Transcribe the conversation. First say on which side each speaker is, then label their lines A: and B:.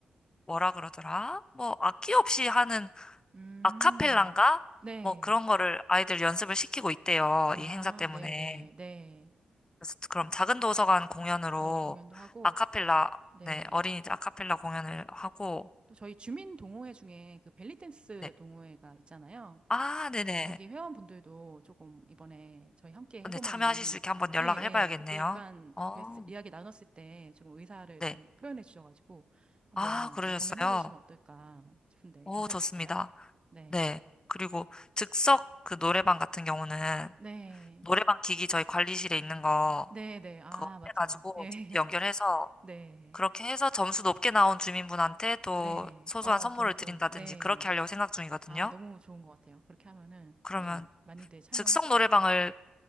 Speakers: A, on the left (about 25°); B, on the right (about 30°).
A: 뭐라 그러더라? 뭐 악기 없이 하는
B: 음.
A: 아카펠라인가?
B: 네.
A: 뭐 그런 거를 아이들 연습을 시키고 있대요.
B: 아,
A: 이 행사 때문에.
B: 네네. 네.
A: 그래서 그럼 작은 도서관 공연으로
B: 그 공연도 하고,
A: 아카펠라,
B: 네.
A: 네, 어린이들 아카펠라 공연을 하고,
B: 또 저희 주민 동호회 중에 그 벨리 댄스
A: 네.
B: 동호회가 있잖아요.
A: 아, 네네.
B: 거기 회원분들도 조금 이번에 저희 함께 해보면은,
A: 네, 참여하실 수 있게 한번 연락을
B: 예, 예,
A: 해봐야겠네요.
B: 그때 약간
A: 어,
B: 뵀- 이야기 나눴을 때 조금 의사를
A: 네.
B: 좀 표현해 주셔가지고 한번
A: 아, 그러셨어요.
B: 예, 공연해보시면 어떨까 싶은데
A: 오,
B: 괜찮으실까요?
A: 좋습니다.
B: 네.
A: 네. 그리고 즉석 그 노래방 같은 경우는
B: 네.
A: 노래방 기기 저희 관리실에 있는 거
B: 네, 네. 아,
A: 그거
B: 맞죠.
A: 빼가지고
B: 예.
A: 연결해서
B: <laughs> 네.
A: 그렇게 해서 점수 높게 나온 주민분한테 또
B: 네.
A: 소소한
B: 어,
A: 선물을
B: 경품.
A: 드린다든지
B: 네.
A: 그렇게 하려고 생각 중이거든요.
B: 아, 너무 좋은 것 같아요. 그렇게 하면은,
A: 그러면
B: 예, 많이들 참여하실
A: 즉석 노래방을
B: 것 같아요.